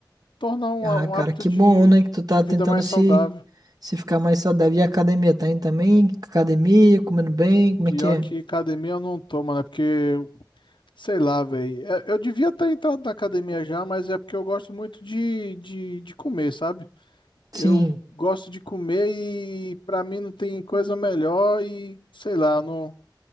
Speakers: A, on the left; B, on the right.
A: tornar um,
B: Ah,
A: há- um
B: cara,
A: hábito
B: que
A: de,
B: bom, né? Que tu tá
A: de vida
B: tentando
A: mais
B: se,
A: saudável.
B: se ficar mais saudável. E a academia, tá indo também? Academia, comendo bem, como
A: Pior
B: é que é?
A: que academia eu não tô, mano, é porque Sei lá, velho. Eu devia ter entrado na academia já, mas é porque eu gosto muito de, de, de comer, sabe?
B: Sim.
A: Eu gosto de comer e pra mim não tem coisa melhor e sei lá, eu não,